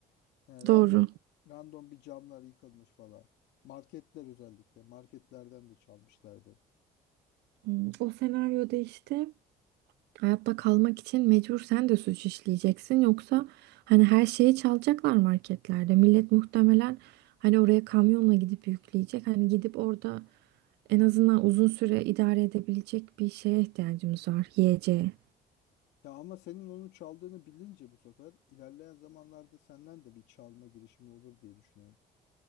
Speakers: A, on the left (about 85°); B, on the right (about 80°).
A: Yani random,
B: Doğru.
A: random bir camlar yıkılmış falan. Marketler özellikle. Marketlerden de çalmışlardı.
B: Hmm, O senaryoda işte hayatta kalmak için mecbur sen de suç işleyeceksin. Yoksa hani her şeyi çalacaklar marketlerde. Millet muhtemelen hani oraya kamyonla gidip yükleyecek. Hani gidip orada en azından uzun süre idare edebilecek bir şeye ihtiyacımız var. Yiyeceğe.
A: Ya ama senin onu çaldığını bilince bu sefer ilerleyen zamanlarda senden de bir çalma girişimi olur diye düşünüyorum.